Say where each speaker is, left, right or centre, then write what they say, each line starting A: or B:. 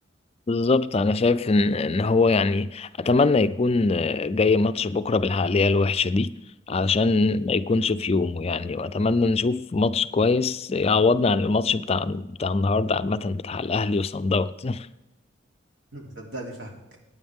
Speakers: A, on the left; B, on the right.
A: بالظبط أنا شايف إن إن هو يعني أتمنى يكون آه، جاي ماتش بكرة بالعقلية الوحشة دي علشان ما يكونش في يومه يعني وأتمنى نشوف ماتش كويس يعوضنا عن الماتش بتاع بتاع النهاردة عامة بتاع الأهلي وصن داونز
B: <laughs> صدقني فاهمك